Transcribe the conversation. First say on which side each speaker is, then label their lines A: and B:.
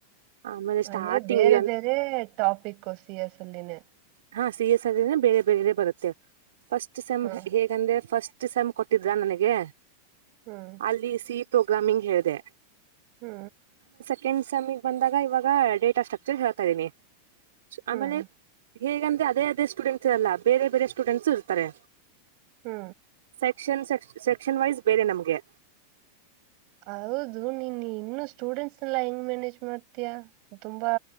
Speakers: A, on the right; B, on the right.
A: ಆಮೇಲೆ ಸ್ಟಾರ್ಟಿಂಗ್
B: ಅಂದ್ರೆ ಬೇರೆ ಬೇರೆ ಟಾಪಿಕ್ ಸಿ ಎಸ್ ಅಲ್ಲಿನೆ
A: ಹಾ ಸಿ ಎಸ್ ಅಲ್ಲಿ ನೇ ಬೇರೆ ಬೇರೆ ಬರುತ್ತೆ ಫಸ್ಟ್ ಸೆಮ್
B: ಹಾ
A: ಹೇಗಂದ್ರೆ ಫಸ್ಟ್ ಫಸ್ಟ್ ಎಮ್ ಕೊಟ್ಟಿದ್ರಾ ನನಗೆ
B: ಹ್ಮ್
A: ಅಲ್ಲಿ ಸಿ ಪ್ರೋಗ್ರಾಮಿಂಗ್ ಹೇಳಿದೆ
B: ಹು
A: ಸೆಕೆಂಡ್ ಸೆಮ್ ಗ್ ಬಂದಾಗ ಇವಾಗ ಡೇಟಾ ಸ್ಟ್ರಕ್ಚರ್ ಹೇಳ್ತಾ ಇದೀನಿ ಆಮೇಲೆ
B: ಹ್ಮ್
A: ಹೇಗಂದ್ರೆ ಅದೇ ಅದೇ ಸ್ಟೂಡೆಂಟ್ಸ್ ಇರಲ್ಲ ಬೇರೆ ಬೇರೆ ಸ್ಟೂಡೆಂಟ್ಸು ಇರ್ತಾರೆ
B: ಹು
A: ಸೆಕ್ಷನ್ ಸೆಕ್ಷನ್ ವೈಸ್ ಬೇರೆ ನಮ್ಗೆ
B: ಹೌದು ನೀನ್ ಇನ್ನು ಸ್ಟೂಡೆಂಟ್ಸ್ ಎಲ್ಲ ಹೆಂಗ್ ಮ್ಯಾನೇಜ್ ಮಾಡ್ತಯಾ ತುಂಬಾ